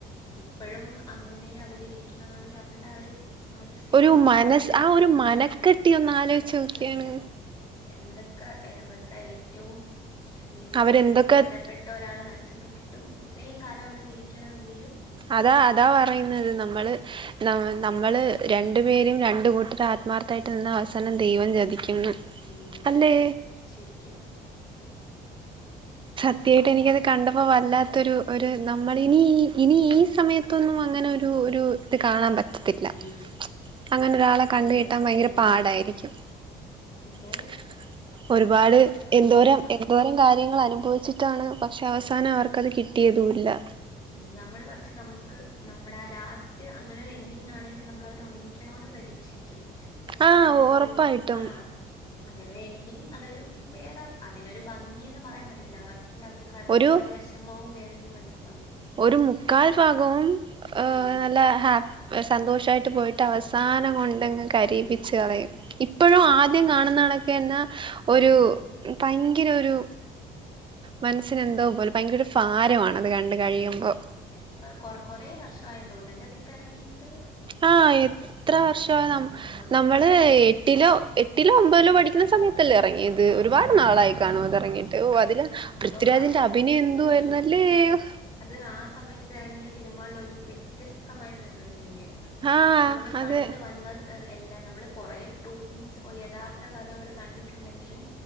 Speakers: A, on the left; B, on the right.
A: ഇപ്പഴും അങ്ങനെ അവര് ഇരിക്കണം എന്നുണ്ടെങ്കി അവരുടെ ആ ഒരു <unintelligible>
B: ഒരു മനസ്
A: അത്
B: ആ ഒരു മനക്കെട്ടി
A: ഉം
B: ഒന്ന് ആലോചിച്ച് നോക്കിയാണ്
A: സത്യം എന്തൊക്കെ ഏ വരുടെ ഏറ്റവും ജീവിതത്തില്
B: അവരെന്തൊക്കെ
A: ഏറ്റവും വേണ്ടപ്പെട്ട ഒരാള് നഷ്ടപ്പെട്ടിട്ടും ഇത്രയും കാലം അങ്ങനെ ഇരിക്കണമെങ്കില്.
B: അതാ അതാ പറയുന്നത് നമ്മള്
A: ഉം
B: നമ്മൾ രണ്ടു പേരും രണ്ട് കൂട്ടരു ആത്മാർത്ഥമായിട്ട് നിന്ന് അവസാനം ദൈവം ചതിക്കും പി
A: ഉം
B: അല്ലേ
A: ശരിക്കും
B: വൃത്തിയായിട്ട്
A: അവര്
B: എനിക്കത് കണ്ടപ്പോ വല്ലാത്തൊരു ഒരു നമ്മളിനി ഇനി ഈ സമയത്തൊന്നും അങ്ങനെ ഒരു ഒരു ത് കാണാൻ പ ത്തിറ്റ്ല.
A: ഉം
B: അങ്ങനെ ഒരാളെ
A: ഇങ്ങനെ
B: കണ്ടുകിട്ടാൻ ഭയങ്കര
A: ഉം
B: പാടായിരി ക്ക്യും.
A: ഇത്
B: <inaudible> ഒരുപാട്
A: അന്നവര്
B: എന്തോരം
A: ഉം
B: എ എന്തോരം കാര്യങ്ങൾ അനുഭവിച്ചിട്ടാണ് പക്ഷെ അവസാനം അവർക്കത് കിട്ടിയതല്ല
A: ഉ നമ്മൾ പക്ഷെ നമുക്ക് നമ്മുടെ ആ ലാസ്റ്റ് അങ്ങനെ ഒരു എൻഡിങ് ആണെങ്കിലിൽ നമ്മള അവർ ഒന്നി ണന്ന് പ്രതീക്ഷിക്കും പക്ഷെ
B: ആഹ്
A: അങ്ങനെരു
B: ഉറപ്പായിട്ടും
A: ആ അങ്ങനെ ഒരു എൻഡി അതൊരു വേറെ അതിനൊരു ഭംഗിയന്ന് പറയാൻ പറ്റത്തില്ല അവർ അവർ കടന്നു
B: ഒരു
A: പോോയ വിഷമവും വേദനയും മനസ്സിലാവും
B: ഒരു മുക്കാൽ ഭാഗവും
A: ഉം.
B: നല്ല ഹാ എ സന്തോഷായിട്ട് പോയിട്ട് അവസാനം കൊണ്ടങ്ങ് കരീപ്പിച്ച്
A: ഉം.
B: അളയും. ഇ ഇപ്പഴും ആദ്യം കാണുന്നണൊക്കെ എന്നാ.. ഒരു
A: ഉം.
B: പയങ്കര ഒരു മനസ്സിന് എന്തോ പോലെ പയങ്കര ഒരു ഫാരമാണത് കണ്ട് കഴിയുമ്പോ
A: ഉം. എപ്പൊ കൊറ കൊറേ വർഷായെന്ന് തോന്നുന്നു അതിപ്പ ഇറങ്ങിയിട്ട്
B: ആ, എത്ര വർഷോ നം
A: ഒ
B: നമ്മൾ ഏ.... എട്ടിലോ എട്ടിലോ ഒമ്പതിലോ പഠിക്കുന്ന സമയത്ത് തല്ല ഇറങ്ങിയത്.
A: ഉം
B: ഒരുപാട്
A: എറങ്ങിയതാണ്.
B: നാളായി കാണും അത് എറങ്ങിയിട്ട്. ഓ അതില്
A: അപ്പൊ
B: പൃഥ്വിരാജിന്റെ
A: അപ്
B: അഭിനയം എന്തു
A: ഉം.
B: വായിരുന്നു അല്ലേ? ഹൊ!
A: അത് ആ സമയത്ത് ഇറങ്ങിയ സിനിമകളിലൊരു വ്യത്യസ്തമായിട്ട് തന്നൊരു സിനിമയായിരുന്നു.
B: ആഹ്
A: <inaudible> നമ്മള് കണ്ട്
B: അതെ
A: വന്ന <unintelligible> ഏ.. എല്ല. നമ്മള് കൊറേ ട്രൂത്ത് മീൻസ് ഒഎ യഥാർത്ഥ കഥകള് കണ്ടിട്ടുണ്ടെങ്കിലും.